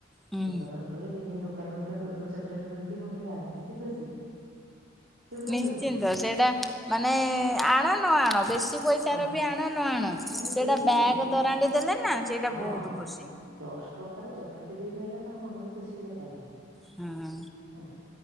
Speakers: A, in the centre; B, on the right.
A: ହୁଁ।
B: ଦୋକାନରୁ ଖୋଲି ଦିଟା ହେଇ ଦୋକାନରୁ ଦିଟା କୁର୍କୁରି, ଚକଲେଟ ପୁରେ ଆ ମୁଁ କେବେ ଆଣିଚି ସେ ଖୁସି ସେ ପୁରା
A: ନିଶ୍ଚିନ୍ତ
B: ଖୁସି।
A: ସେଇଟା ମାନେ ଆଣ ନ ଆଣ ବେଶ କିଛି ପଇସାର
B: ହଁ
A: ବି ଆଣ ନ ଆଣ ସେଇଟା
B: ନାଇଁ ବେଶୀ
A: ବ୍ୟାଗ୍
B: ନାଇଁ ତମେ
A: ଦରାଣ୍ଡି ଦେଲେ ନା ସେଇଟା
B: ହଁ
A: ବହୁତ ଖୁସି।
B: ଦଶ ଟଙ୍କାର ଚକଲେଟ ଯଦି ନେଇଆଇଲା ତାଙ୍କ ମନ ବି ଖୁସି ହି ଦରକାର ନାହିଁ।
A: ହଁ
B: ହଁ